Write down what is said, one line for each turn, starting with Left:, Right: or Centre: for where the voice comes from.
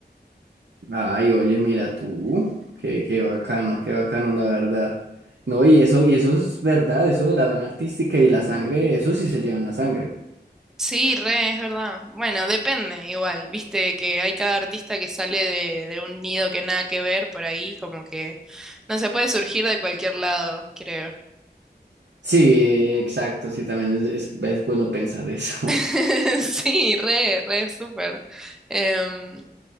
Right: Ay, oye, mira tú. Qué, qué bacano, qué bacano, la verdad. No, y eso, y eso es verdad, eso de la vena artística y la sangre, eso sí se lleva en la sangre.
Centre: Sí, re, es verdad. Bueno, depende igual, viste que hay cada artista que sale de, de un nido que nada que ver por ahí, como que no se puede surgir de cualquier lado, creo.
Right: Sí, exacto, sí, también es, es es bueno pensar eso.
Centre: <laughs> Sí, re, re, súper. Em,